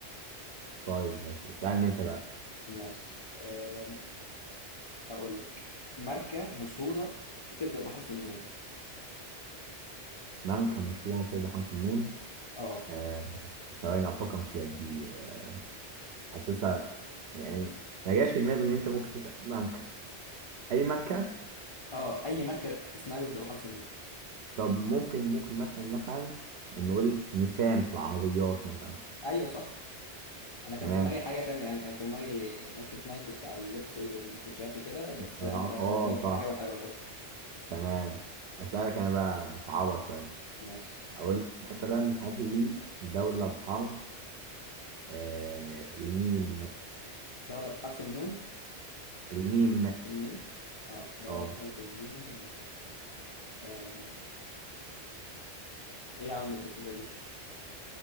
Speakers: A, on the right (about 65°); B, on the left (about 45°).
A: طيب ماشي اسألني أنت بقى
B: ماشي آه هقول لك ماركة مشهورة بتبدأ بحرف النون
A: من كان مشهورا بصيد حرف النون
B: اه
A: آه، ثواني أفكر فيها دي آه، حاسسها يعني ما جاش في دماغي إن أنت ممكن تسأل مانكا أي مانكا
B: اه اي ماركة اسمها بيبدأ بحرف النون
A: طب ممكن ممكن مثلا مثلا نقول نيسان في العربيات مثلا
B: ايوه صح انا كان
A: تمام
B: في دماغي حاجة تانية يعني كان في دماغي ماركة نايك بتاع اللبس والكوتشيات وكده بس
A: آه
B: انت
A: آه،
B: جاوبت
A: صح
B: إجابة حلوة برضه
A: تمام أسألك أنا بقى مصعبة شوية
B: ماشي
A: أقول لك مثلا هات لي دولة بحرف آه الميم
B: دولة بحرف النون
A: الميم
B: الميم اه دولة
A: آه
B: بحرف الميم آه. ايه يا عم الأسئلة دي <laughs>